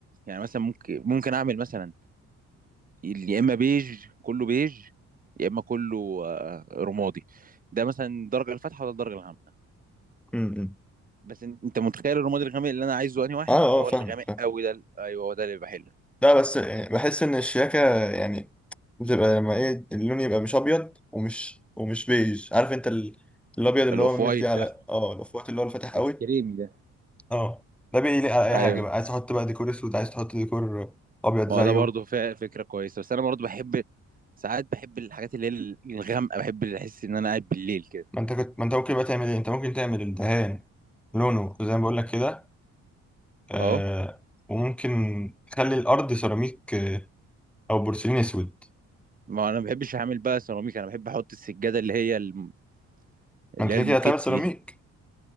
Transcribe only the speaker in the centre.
امم
اه
اه
فاهم
فاهم
لا بس يعني بحس ان الشياكه يعني بتبقى لما ايه اللون يبقى مش ابيض ومش ومش بيج عارف انت ال- الابيض اللي
هو مدي
على
اه الاوف وايت اللي هو الفاتح قوي
اه ده بيليق على اي
حاجه بقى عايز تحط بقى ديكور اسود عايز تحط ديكور ابيض زيه
ما انت كنت ما انت ممكن بقى تعمل ايه انت ممكن تعمل الدهان لونه زي ما بقول لك كده آه
وممكن تخلي الارض سيراميك آه، او بورسلين اسود
ما
انت كده
كده هتعمل سيراميك